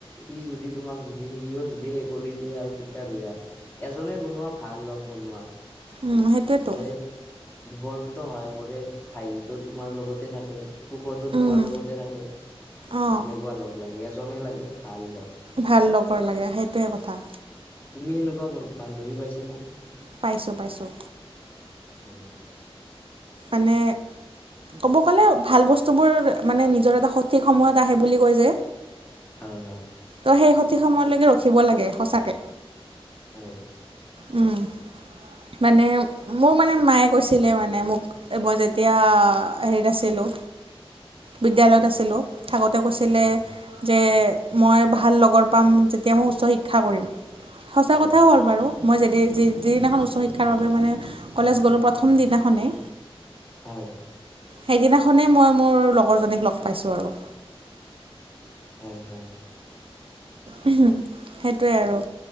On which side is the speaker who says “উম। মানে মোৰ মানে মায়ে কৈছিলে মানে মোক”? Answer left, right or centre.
Right